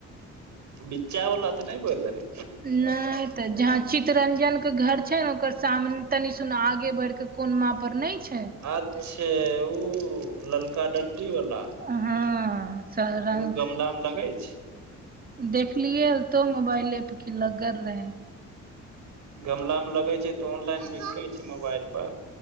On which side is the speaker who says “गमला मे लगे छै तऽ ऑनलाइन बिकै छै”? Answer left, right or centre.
Right